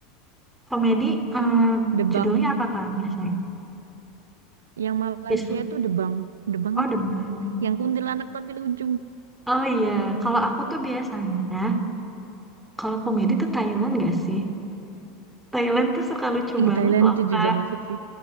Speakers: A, in the centre; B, on the right (about 70°).
A: komedi eh,
B: Iya. Debang.
A: judulnya apa Kak biasanya
B: Yang Malaysia
A: bisa
B: itu Debang. Debang
A: oh
B: itu.
A: Demam
B: Yang kuntilanak tapi lucu.
A: oh iya kalau aku tuh biasanya kalau komedi tuh Thailand gak sih Thailand tuh suka lucu
B: Ih,
A: banget
B: Thailand
A: loh
B: itu
A: Kak
B: juga masuk sih.